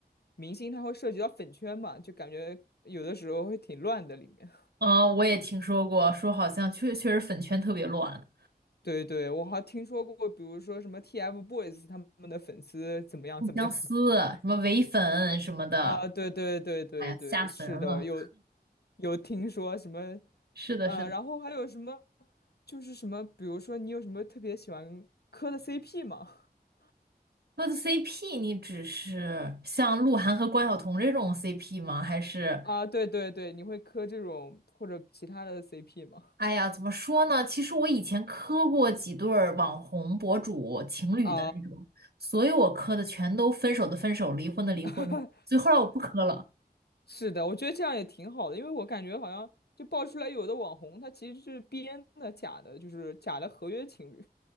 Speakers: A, on the left; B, on the right.
A: 明星他会涉及到粉圈嘛，就感觉有的时候会挺乱的里面。
B: 呃，我也听说过，说好像确确实粉圈特别乱。
A: <laughs> 对对，我还听说过，比如说什么 TFBOYS 他们的粉丝怎么样怎么样的
B: 互相撕，什么唯粉什么的，
A: <laughs> 啊？对对对对对，
B: 哎呀，吓死人了。
A: 是的，有有听说什么，
B: 是的，
A: 呃，
B: 是的。
A: 然后还有什么，就是什么，比如说你有什么特别喜欢磕的 CP 吗？<laughs>
B: 那 CP 你只是像鹿晗和关晓彤这种 CP 吗？还是，
A: 啊，对对对，你会磕这种或者其他的 CP 吗？
B: 哎呀，怎么说呢？其实我以前磕过几对儿网红博主情侣的那种，
A: <laughs> 啊。
B: 所有我磕的全都分手的分手，离婚的离婚，
A: <laughs>
B: 所以后来我不磕了。
A: 是的，我觉得这样也挺好的，因为我感觉好像就爆出来有的网红他其实是编的、假的，就是假的合约情侣。